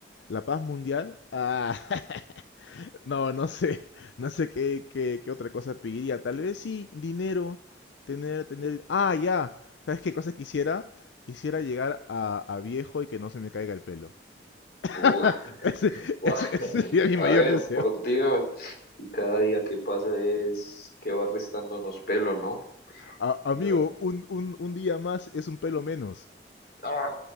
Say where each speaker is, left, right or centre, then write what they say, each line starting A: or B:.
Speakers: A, on the left; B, on the left.
A: la paz mundial. Ah, <laughs> no, no sé, no sé qué, qué, qué otra cosa pediría. Tal vez sí, dinero, tener, tener... Ah, ya, ¿sabes qué cosa quisiera? Quisiera llegar a, a viejo y que no se me caiga el pelo. <laughs>
B: Uh, <laughs>
A: Ese,
B: guau.
A: ese- ese sería mi
B: a
A: mayor
B: ver,
A: deseo.
B: por Dios. Y cada día que pasa es que va restándonos pelo, ¿no?
A: A- amigo,
B: Dios mío.
A: un, un, un día más es un pelo menos.
B: ¡Ah!